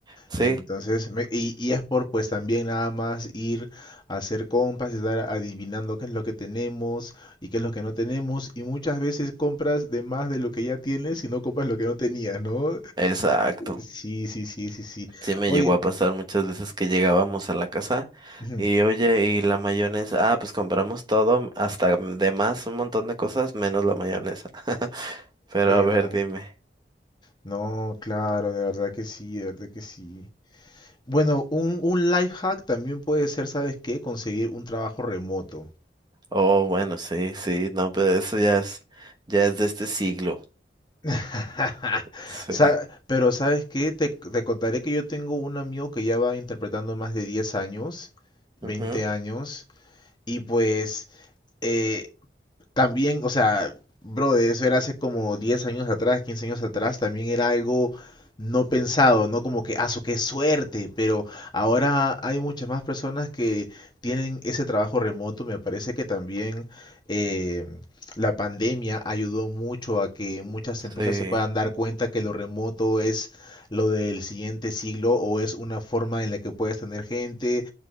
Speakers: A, on the right; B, on the left.
A: sí,
B: Entonces, me- y, y es por pues también nada más ir a hacer compras y estar adivinando qué es lo que tenemos y qué es lo que no tenemos y muchas veces compras de más de lo que ya tienes y no compras lo que no tenías, ¿no?
A: exacto.
B: Sí, sí, sí, sí, sí.
A: Sí me
B: Oye,
A: llegó a pasar muchas veces que llegábamos a la casa
B: ujú,
A: y oye, y la mayonesa, ah, pues compramos todo, hasta de más, un montón de cosas, menos la mayonesa. <laughs> Pero
B: de verdad.
A: a ver, dime.
B: No, claro, de verdad que sí, de verdad que sí. Bueno, un, un life hack también puede ser, ¿sabes qué? Conseguir un trabajo remoto.
A: Oh, bueno, sí, sí, no, pero eso ya es, ya es de este siglo.
B: <laughs>
A: Sí.
B: Sa- Pero ¿sabes qué? Te, te contaré que yo tengo un amigo que ya va interpretando más de 10 años, veinte
A: Ujú,
B: años, y pues eh, También, o sea, bro, de eso era hace como 10 años atrás, 15 años atrás, también era algo no pensado, no como que, ah, su qué suerte, pero ahora hay muchas más personas que tienen ese trabajo remoto. Me parece que también eh, la pandemia ayudó mucho a que muchas empresas
A: Sí,
B: se puedan dar cuenta que lo remoto es lo del siguiente siglo o es una forma en la que puedes tener gente